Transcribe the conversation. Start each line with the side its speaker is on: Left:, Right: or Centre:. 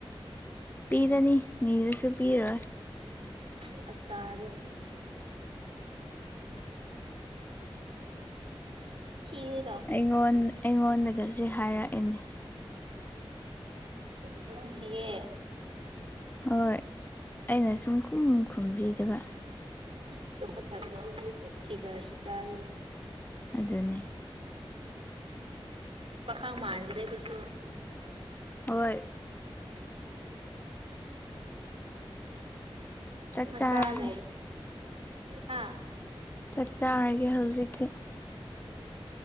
Left: ꯄꯤꯔꯅꯤ ꯅꯤꯔꯁꯨ ꯄꯤꯔꯣꯏ
Right: ꯁꯛꯇꯥ ꯑꯗꯨꯒ ꯊꯤꯌꯦ
Left: ꯑꯩꯉꯣꯟ ꯑꯩꯉꯣꯟꯗꯒꯁꯤ ꯍꯥꯏꯔꯛꯑꯏꯅꯦ꯫
Right: ꯅꯨꯡꯁꯤꯌꯦ꯫
Left: ꯍꯣꯏ ꯑꯩꯅ ꯁꯨꯝ ꯈꯨꯝ ꯈꯨꯝꯕꯤꯗꯕ
Right: ꯑꯇꯣꯞꯄ ꯆꯥꯁꯜꯂꯨꯅꯨ ꯐꯤꯒꯔꯖꯨ ꯇꯥꯅꯕ
Left: ꯑꯗꯨꯅꯦ
Right: ꯄꯥꯈꯪ ꯃꯥꯟꯗ꯭ꯔꯦ ꯑꯗꯨꯁꯨ
Left: ꯍꯣꯏ ꯆꯥꯛ
Right: ꯃꯆꯥ
Left: ꯆꯥꯔꯒꯦ
Right: ꯂꯩꯔꯦ꯫ ꯍꯥ
Left: ꯆꯥꯛ ꯆꯥꯔꯒꯦ ꯍꯧꯖꯤꯛꯇꯤ